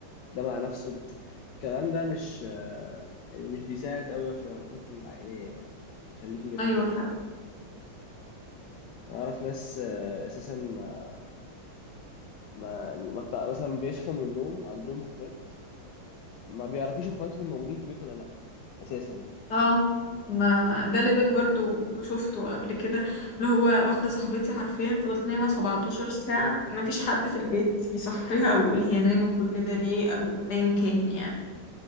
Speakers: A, on the left; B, on the left.
A: ده مع نفسه ده. الكلام ده مش آه، يعني مش بيساعد قوي في العلاقات العائلية يعني بيخلي في جفاف
B: أيوة
A: كده
B: فعلا
A: بين الأفراد أعرف ناس آه، أساسا ما ما يعني ما بتاع مثلا بيصحوا من النوم عندهم إخوات ما بيعرفوش اخواتهم موجودين في البيت ولا لا اساسا يعني
B: اه ما ده ليفل برضو شفته قبل كده اللي هو واحدة صاحبتي حرفيا فضلت نايمة 17 ساعة ما فيش حد في البيت يصحيها أو يقول هي نايمة كل ده ليه أو أيا كان يعني